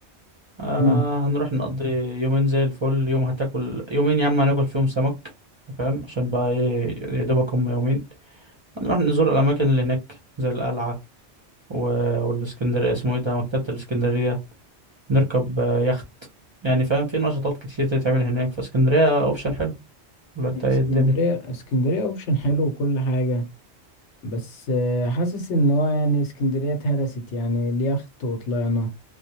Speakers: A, on the right; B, on the left.
A: آه
B: امم
A: هنروح نقضي يومين زي الفل يوم هتاكل يومين يا عم هناكل فيهم سمك أنت فاهم عشان بقى ايه يا دوبك هم يومين هنروح نزور الأماكن اللي هناك زي القلعة و... والإسكندرية اسمه ايه ده مكتبة الإسكندرية نركب آه، يخت يعني فاهم في نشاطات كتير تتعمل هناك فاسكندرية اوبشن حلو ولا انت
B: اسكندرية
A: ايه الدنيا
B: اسكندرية اوبشن حلو وكل حاجة بس آه، حاسس ان هو يعني اسكندرية اتهرست يعني اليخت وطلعنا